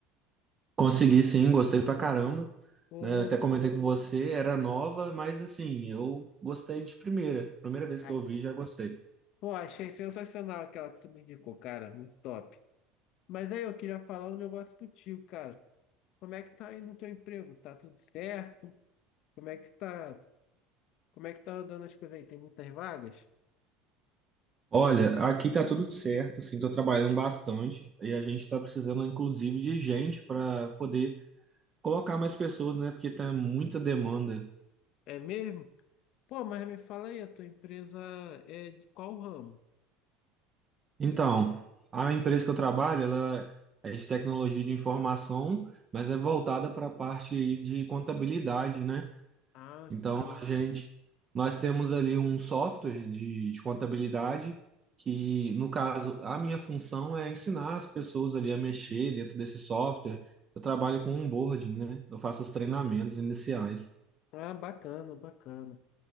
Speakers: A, on the right; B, on the left.
A: Consegui sim, gostei pra caramba.
B: Pô,
A: né? Eu até comentei com você, era nova, mas assim, eu gostei de primeira. Primeira vez
B: ai,
A: que eu vi, já gostei.
B: pô, achei sensacional aquela que tu me indicou, cara. Muito top. Mas aí, eu queria falar um negócio contigo, cara. Como é que tá aí no teu emprego? Tá tudo certo? Como é que tá, como é que tá andando as coisas aí? Tem muitas vagas?
A: Olha, aqui tá tudo certo, assim, tô trabalhando bastante e a gente tá precisando, inclusive, de gente para poder colocar mais pessoas, né? Porque tá muita demanda.
B: É mesmo? Pô, mas me fala aí, a tua empresa é de qual ramo?
A: Então, a empresa que eu trabalho, ela é de tecnologia de informação, mas é voltada para a parte aí de contabilidade, né?
B: Ah,
A: Então,
B: sim.
A: a gente, nós temos ali um software de, de contabilidade que, no caso, a minha função é ensinar as pessoas ali a mexer dentro desse software. Eu trabalho com onboarding, né? Eu faço os treinamentos iniciais.
B: Ah, bacana, bacana.